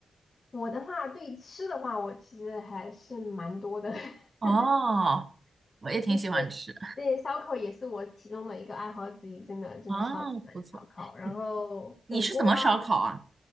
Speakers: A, on the left; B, on the right.
A: 我的话对吃的话，我其实还是蛮多的，<laughs>
B: 哦，我也挺喜欢吃。
A: 就是对烧烤也是我其中的一个爱好之一，真的真的超级喜欢烧烤，
B: 啊，不错。
A: 然后火锅。
B: 你你是怎么烧烤啊？
A: 啊。